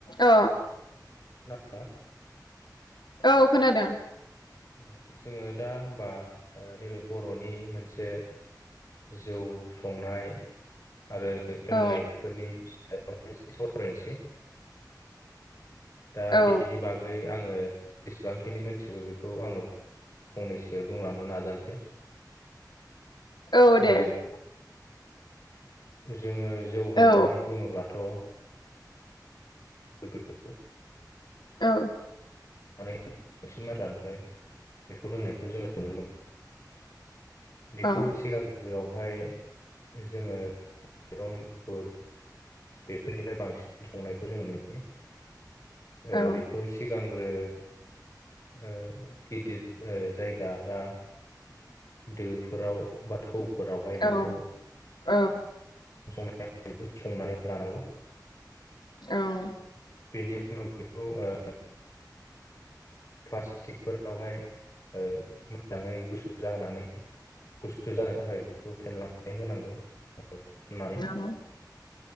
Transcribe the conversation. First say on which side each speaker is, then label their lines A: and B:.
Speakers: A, on the left; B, on the left.
A: अ
B: खोना दोना?
A: ओव खोनादों
B: उम जोङो दा होमबा नैबे बर'नि मोनसे जौ संनाय, आरो लोंनाय
A: औ
B: बेफोरनि <unintelligible> सावरायनोसै दा
A: औ
B: बेनि बागै आङो, जेसेबांखिनि मिथिगौ बेखौ आङो फंनैसो बुंलांनो नाजानोसै,
A: औ दे
B: ओ
A: <inaudible>
B: <unintelligible> जोङो जौ होननानै
A: औ
B: बुङोब्लाथ' बेखौ
A: औ
B: मानै बांसिन बेखौ लोंनायखौ जोङो नुनो मोन बेखौ
A: औ
B: सिगां बेवहाय जोङो माइरं गुफुर बेफोरनिफ्राय बांसिन संनायखौ जों नुयो, ओ
A: औ
B: बेखौ सिगां ग्रो ओ गिदिर जायगा बा दोफोराव बाथौ फोरावहाय बेखौ
A: औ औ
B: संनाय संनानै लानांगौ,
A: औ
B: बेनि उनाव बेखौ ओ प्लास्टिकफोरावहाय ओ मोजाङै गुसु जाहोनानै गुसु जानो थाखाय बेखौ फेनलानानै होनांगौ
A: <inaudible>
B: खननानै